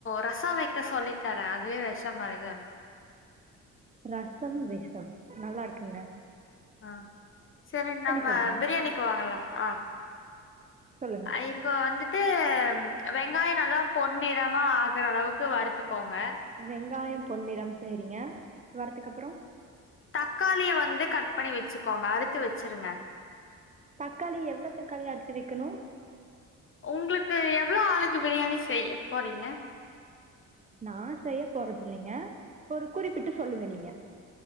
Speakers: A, on the left (about 40°); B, on the right (about 25°).
A: ரசொ வெக்க சொல்லி தரே அதுவே வெஷம் மாரிதா இருக்
B: ரசம் வெஷம் நல்லாருக்குங்க
A: ஆ சரி நம்ம
B: சொல்லுங்க
A: பிரியாணிக்கு வாங்கலா ஆ
B: சொல்லுங்
A: அ இப்போ வந்துட்டு வெங்காயொ நல்லா பொண்ணிறமா ஆகுற அளவுக்கு வருத்துக்கோங்க
B: வெங்காயம் பொன்னிறம் சரிங்க வரதுக்கப்புறம்
A: தக்காளிய வந்து கட் பண்ணி வெச்சுக்கோங்க அறுத்து வெச்சிருங்க
B: தக்காளி எவ்ளோ தக்காளி அறுத்து வெக்கணு
A: உங்களுக்கு எவ்ளோ ஆளுக்கு பிரியாணி செய்ய போறீங்க
B: நா செய்ய போறது இல்லைங்க ஒரு குறிப்பிட்டு சொல்லுங்க நீங்க